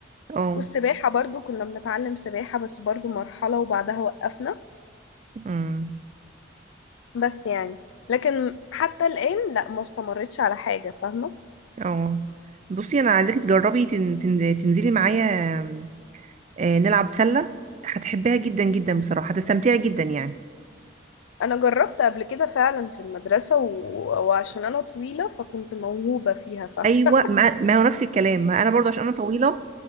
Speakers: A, on the right; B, on the left.
A: اه
B: والسباحة برضو كنا بنتعلم سباحة بس برضو مرحلة وبعدها وقفنا
A: امم
B: بس يعني لكن حتى الآن لا ما استمرتش على حاجة فاهمة
A: اه بصي انا عايزاكي تجربي تن... تن... تنزلي معايا آه، نلعب سله هتحبيها جدا جدا بصراحه هتستمتعي جدا يعني
B: انا جربت قبل كده فعلا في المدرسة و... وعشان انا طويلة فكنت موهوبة فيها ف
A: ايوه ما, ما هو نفس الكلام ما انا برضه عشان انا طويله